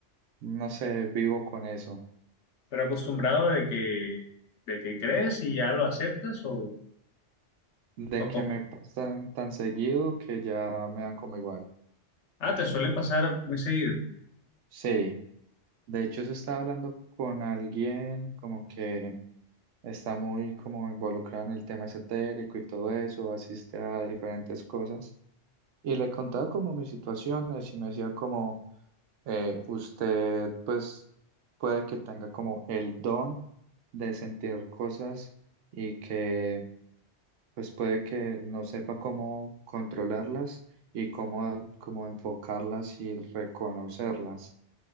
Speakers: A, on the right; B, on the left.
A: No sé, vivo con eso.
B: Pero acostumbrado de que, de que crees y ya lo aceptas o,
A: De
B: o
A: que
B: cómo.
A: me pasan tan seguido que ya me dan como igual.
B: Ah, te suelen pasar muy seguido.
A: Sí, de hecho eso estaba hablando con alguien como que está muy como involucrado en el tema esotérico y todo eso, asiste a diferentes cosas. Y le contaba como mis situaciones y me decía como, eh, usted pues puede que tenga como el don de sentir cosas y que pues puede que no sepa cómo controlarlas y cómo, cómo enfocarlas y reconocerlas,